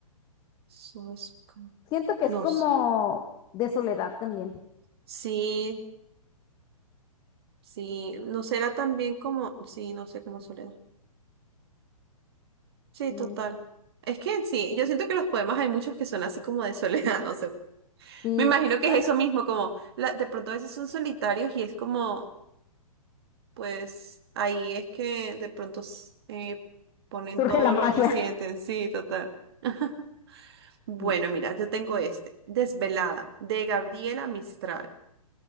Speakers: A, on the right (about 40°); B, on the left (about 20°).
A: eso es ca-
B: Siento que es
A: No
B: como
A: sé.
B: de soledad también.
A: Sí, sí. No será también como. Sí, no sé, como soledad. Sí,
B: Mm,
A: total. Es que sí, yo siento que los poemas hay muchos que son así como de soledad, <laughs> no sé.
B: Sí,
A: Me imagino que
B: bueno,
A: es eso mismo, como la- de pronto a veces son solitarios y es como. Pues ahí es que de pronto s- eh, ponen
B: surge
A: todo
B: la magia,
A: lo que sienten, sí, total. <laughs> Bueno,
B: sí,
A: mira, yo tengo este, Desvelada, de Gabriela Mistral.